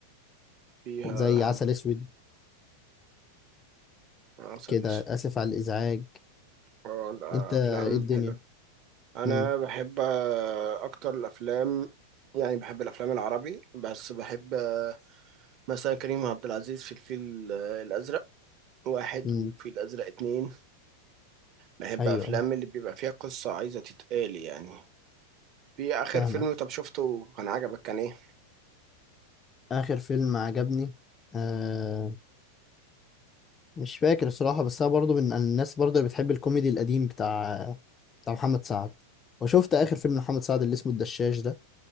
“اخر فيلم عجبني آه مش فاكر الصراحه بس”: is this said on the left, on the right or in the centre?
Left